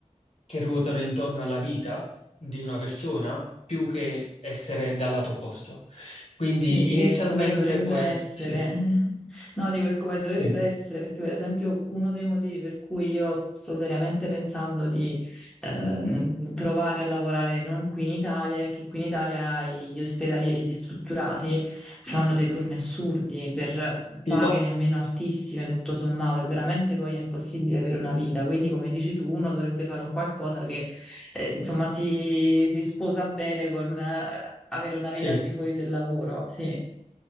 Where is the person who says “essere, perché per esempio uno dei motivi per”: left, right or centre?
Centre